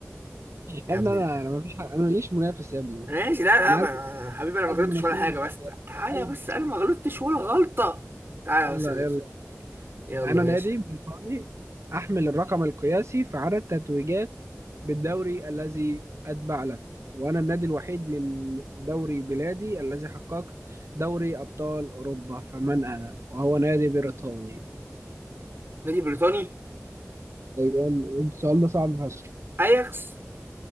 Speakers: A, on the right (about 45°); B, on the right (about 65°).
A: يا
B: يا ابني
A: ابن
B: انا
A: ال-
B: انا ما فيش حق. انا ماليش منافس يا ابني
A: ماشي لا لا
B: انا
A: ما
B: عايز
A: حبيبي انا ما
B: عايز
A: غلطتش
B: منافسين
A: ولا حاجه
B: دلوقتي
A: بس
B: يا ابني
A: تعالى
B: عايز
A: بس انا ما غلطتش ولا غلطه تعالى
B: يلا
A: بس يا باشا
B: يلا
A: يلا
B: أنا
A: ماشي
B: نادي بريطاني أحمل الرقم القياسي في عدد تتويجات بالدوري الذي أتبع له وأنا النادي الوحيد من دوري بلادي الذي حققت دوري أبطال أوروبا فمن أنا؟ وهو نادي بريطاني
A: نادي بريطاني
B: أيوة السؤال ده صعب فشخ
A: اياكس